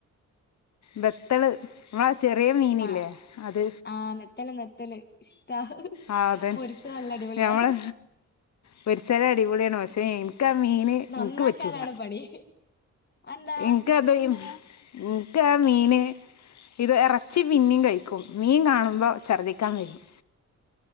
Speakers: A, on the left (about 65°); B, on the left (about 35°).
A: ബെത്തള് നമ്മടെ ആചെറിയ മീന്ല്ലേ
B: ആഹ്
A: അത്
B: ആഹ് നെത്തല് നെത്തല് ഇഷ്ടാ
A: ആ അതെ
B: പൊരിച്ചത് നല്ല അടിപൊളിയാ
A: ഞമ്മള് പൊരിചാല് അടിപൊളിയാണ് പക്ഷെ ഇന്ക്കാ മീന്
B: നന്നാക്കാനാണ്
A: ന്ക്ക് പറ്റൂല.
B: പണി അതെന്താ
A: ഇനിക്ക് അത് ഇൻക്കാ മീന് ഇത് എറച്ചി പിന്നിം കഴിക്കും മീൻ കാണുമ്പോ ശർദിക്കാൻ വരും.